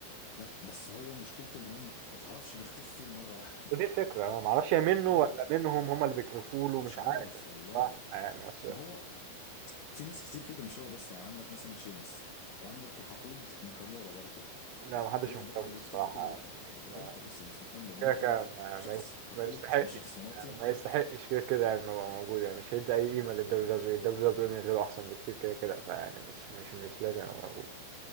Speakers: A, on the left (about 65°); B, on the right (about 80°).
A: لا بس هو مشكلته ان هو ما ما تعرفش بيختفي فين مره واحده كده
B: ودي الفكره انا ما اعرفش هي منه
A: اه
B: ولا منهم هم اللي بيكرفوا له
A: مش
B: مش
A: عارف
B: عارف
A: والله
B: صح يعني اصل
A: ما هو في ناس كتير كده مش هو بس يعني عندك مثلا شيمس وعندك يا حقود ناكامورا برضو
B: لا ما حدش
A: هو
B: مهتم
A: برضه بيختفي
B: الصراحه
A: كده
B: يعني. ما
A: انت بس اللي مش مهتم لان
B: كده
A: انت
B: كده ما
A: شخص
B: ما يس-
A: حقود
B: ما يستحقش
A: مش شخصناتي
B: يعني ما يستحقش كده كده يعني انه يبقى موجود يعني مش هيدي اي قيمه للدبليو دبليو دبليو دبليو من غيره احسن بكتير كده كده فيعني مش مش مش لازم يبقى موجود